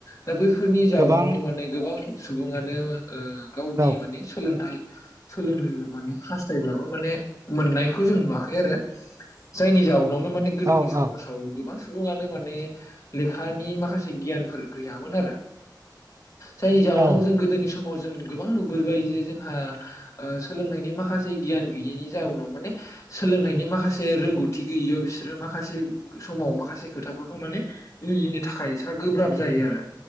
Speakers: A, on the left; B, on the right.
A: दा बैफोरनि जाउनावनो
B: गोबां
A: माने, - <inaudible> सुबङानो ओ, गावनि
B: औ
A: माने सोलोंथाइ। सोलोंनो माने हास्थायब्लाबो माने, मोननायखौ जों नुवाखै आरो- जायनि जाउनावनो माने गोदोनि
B: औ
A: समाजाव,
B: औ
A: गोबां <inaudible> <inaudible> माने, लेखानि माखासे गियानफोर गैयामोन आरो <inaudible> जायनि जाउनाव
B: औ
A: जों गोदोनि समाव- जों गोबां नुबोबाय जे जोंहा ओ, सोलोंथाइनि माखासे गियान गैयैनि जाउनाव माने- सोलोंथाइनि माखासे रोंगौथि गैयियाव बिसोरो माखासे समाव माखासे खोथाफोरखौ माने बुजिनो थाखाय सा गोब्राब जायो आरो